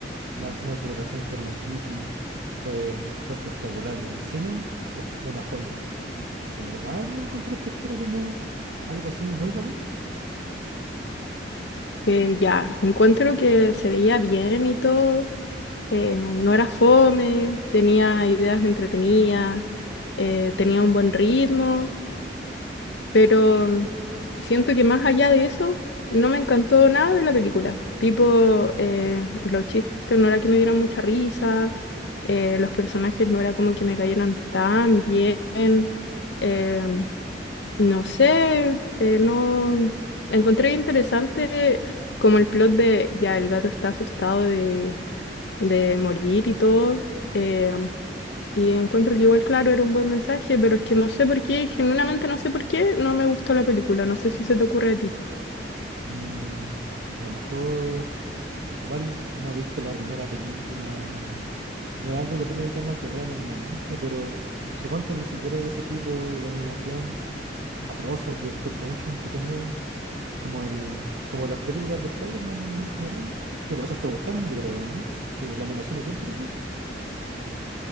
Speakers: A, on the right (about 70°); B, on the left (about 70°).
A: Más encima su relación con la Kitty fue, fue espectacular. Y en el cine, uf, una joya. ¿De verdad no encontraste que era como algo así muy bacán?
B: Eh, ya, encuentro que se veía bien y todo, eh, no era fome, tenía ideas entretenidas, eh, tenía un buen ritmo. Pero mm, siento que más allá de eso, no me encantó nada de la película. Tipo, eh, los chistes no era que me dieran mucha risa, eh, los personajes no era como que me cayeran tan bien. eh, no sé, eh, no encontré interesante como el plot de ya el gato está asustado de, de morir y todo. eh, y encuentro que igual, claro, era un buen mensaje, pero es que no sé por qué, genuinamente no sé por qué, no me gustó la película. No sé si se te ocurre a ti.
A: Mm, a lo mejor igual no viste la primera película o no es algo que tenías ganas de ver en el momento, pero suponte ni siquiera ese tipo de animación atrozos de stop motion que tenía, como el, como las películas de Spider-Man del Miles Morales. Tipo, esas te gustaron, yo creo, ¿no? Eh, La animación es bien parecida.